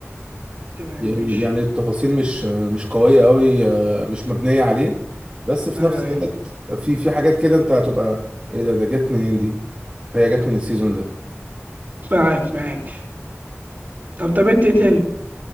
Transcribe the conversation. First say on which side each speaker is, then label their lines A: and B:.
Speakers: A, on the right; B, on the right.
A: تمام
B: يعني
A: ماشي
B: يعني التفاصيل مش مش قوية قوي آه، مش مبنية عليه بس في
A: ايوه
B: نفس
A: ايوه
B: الوقت في في حاجات كده انت هتبقى ايه ده ده جت منين دي فهي جت من السيزون ده
A: معاك معاك طب تابعت ايه تاني